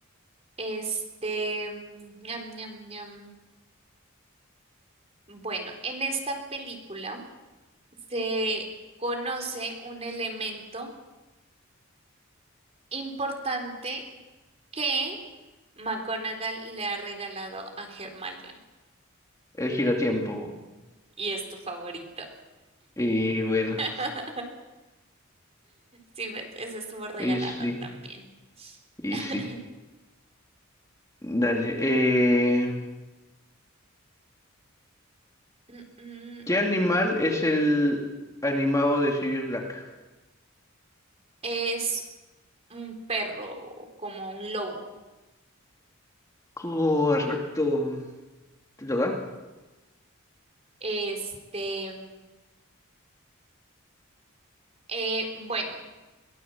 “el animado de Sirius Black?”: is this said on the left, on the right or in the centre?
Left